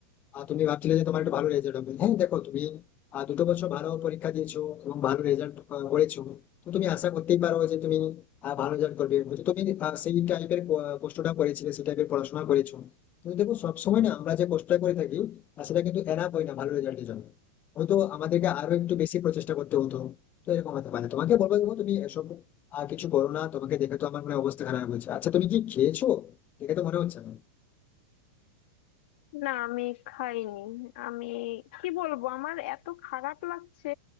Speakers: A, on the left; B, on the left.
A: আর তুমি ভাবছিলে যে তোমার একটা ভালো রেজাল্ট হবে হ্যাঁ দেখো তুমি আহ, দুটো বছর ভালো পরীক্ষা দিয়েছো এবং ভালো রেজাল্ট করেছো তো তুমি আশা করতেই পারো যে তুমি আহ, ভালো রেজাল্ট করবে হয়তো তুমি আহ, সেই টাইপের কষ্টটা করেছিলে সেই টাইপের পড়াশোনা করেছো কিন্তু দেখো সবসময় না আমরা যে কষ্টটা করে থাকি আর সেটা কিন্তু এনাফ হয় না ভালো রেজাল্টের জন্য হয়তো আমাদেরকে আরো একটু বেশি প্রচেষ্টা করতে হতো তো এরকম হতে পারে তোমাকে বলবো দেখো তুমি এসব আর কিছু করো না তোমাকে দেখে তো আমার মনে হয় অবস্থা খারাপ হয়েছে আচ্ছা তুমি কি খেয়েছো দেখে তো মনে হচ্ছে না
B: না আমি খাইনি আমি কি বলবো আমার এত খারাপ লাগছে